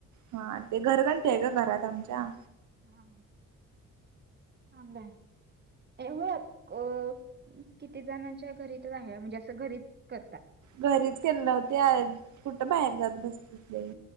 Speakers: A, on the right; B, on the right.
A: हा ते घरगंठ आहे, का घरात आमच्या,
B: हा ह अ, क <unintelligible> किती जणांच्या घरी तर रा म्हणजे, असं घरीच करतात.
A: घरीच केले नव्हते कुठं, बाहेर जात बस तीस बाई,